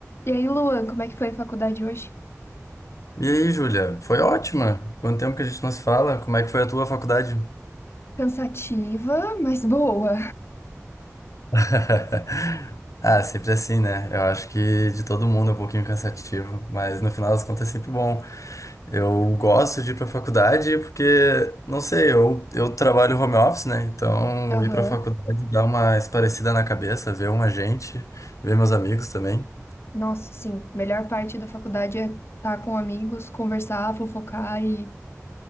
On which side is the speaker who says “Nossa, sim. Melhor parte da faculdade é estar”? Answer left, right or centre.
Left